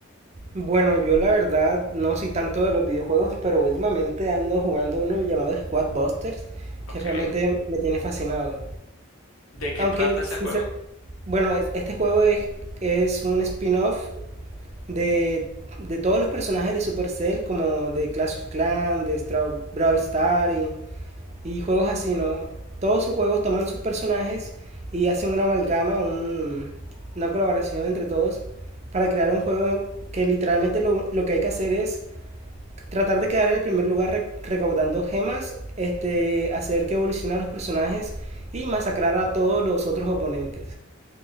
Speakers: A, on the right (about 30°); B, on the left (about 80°).
A: bueno, yo la verdad no soy tanto de los videojuegos, pero últimamente ando jugando uno llamado Squad Busters
B: Ok.
A: que realmente me tiene fascinado.
B: ¿De qué
A: Aunque,
B: trata ese
A: sí
B: juego?
A: se- bueno, es- este juego es, es un spin-off de, de todos los personajes de Supercell, como de Clash of Clans, de Stra- Brawl Star y, y juegos así, ¿no? Todos sus juegos toman sus personajes y hacen una amalgama, un- una colaboración entre todos para crear un juego que literalmente lo, lo que hay que hacer es tratar de quedar en el primer lugar re- recaudando gemas, este, hacer que evolucionen los personajes y masacrar a todos los otros oponentes.